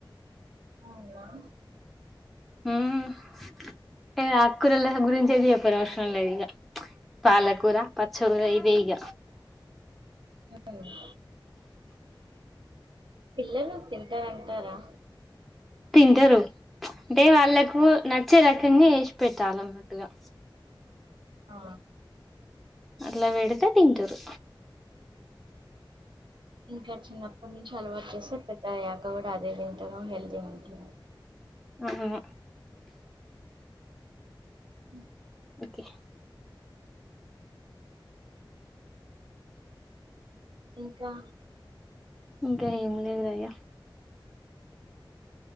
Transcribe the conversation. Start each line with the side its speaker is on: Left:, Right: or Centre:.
Right: అవునా
Centre: ఊ అంటే ఆకురల్ గురుంచి చెప్పనవసరం లేదు పాలకూర పచ్చల్ ఇదిగ
Right: అవు పిల్లలు తింటారంటారా
Centre: తింటరు అంటే వాళ్ళ కు నచ్చే రకంగా చేసి పెట్టాలి నట్టుగా
Right: ఆ
Centre: అట్లా వెడితే తింటరు
Right: ఇంక చిన్నప్పటి నుంచి అలవాకు చేస్తే పెద్ద అయ్యాక కూడా అదే తింటరు హెల్తీగా ఉంటరు
Centre: ఆహ హ
Right: ఉ
Centre: ఓకే
Right: ఇంకా
Centre: ఇంకా ఏం లేదయ్య